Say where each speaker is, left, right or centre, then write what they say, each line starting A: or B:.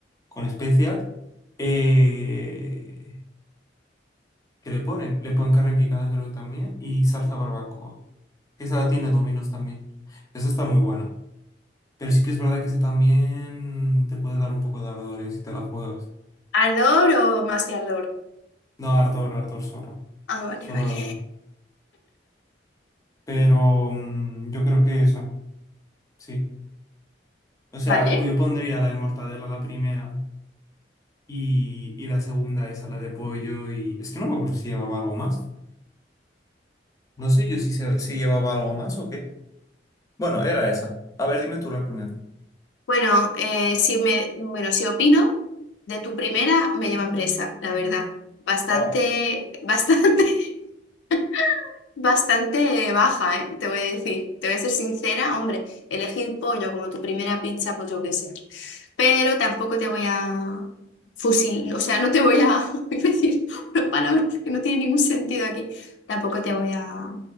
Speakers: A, on the left; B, on the left.
A: con especias. Eh, ¿qué le ponen? Le ponen carne picada creo que también y salsa barbacoa. Que Esa tiene dominos también. Esa está muy buena. Pero sí que es verdad que esa también te puede dar un poco de ardor, ¿eh? si te la juegas.
B: ¿Ardor o más que ardor?
A: No, ardor, ardor solo.
B: Ah, vale,
A: Solo
B: vale.
A: ardor. Pero mm, yo creo que esa, sí. O sea,
B: Vale.
A: pues yo pondría la de mortadela la primera y, y la segunda esa, la de pollo y... Es que no me acuerdo si llevaba algo más. No sé yo si, se, si llevaba algo más o qué. Bueno, era esa. A ver, dime tú la primera.
B: Bueno, eh, si me, bueno, si opino de tu primera, me llevan presa, la verdad. Bastante,
A: Oh,
B: bastante, <laughs> bastante baja, ¿eh? Te voy a decir. Te voy a ser sincera, hombre, elegir pollo como tu primera pizza, pues yo qué sé. Pero tampoco te voy a fusil, o sea, no te voy a <laughs> iba a decir una palabra que no tiene ningún sentido aquí. Tampoco te voy a